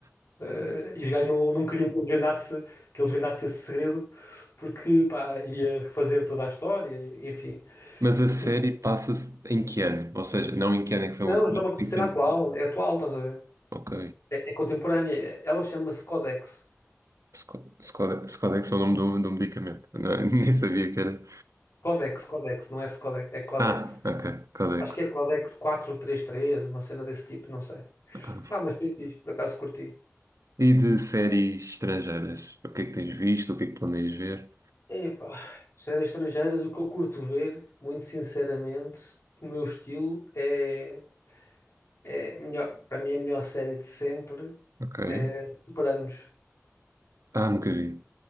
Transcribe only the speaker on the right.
Mas a série
passa-se em que ano? Ou seja, não em que ano é que foi
lançada
mas
em que ano?
Ok.
Sco- Scodex Scodex é o nome do, do medicamento. Não- <laughs> nem sabia que era.
Ah, ok. Codex.
Epá.
E de séries estrangeiras? O que é que tens visto? O que é que planeias ver?
Ok.
Ah, nunca vi.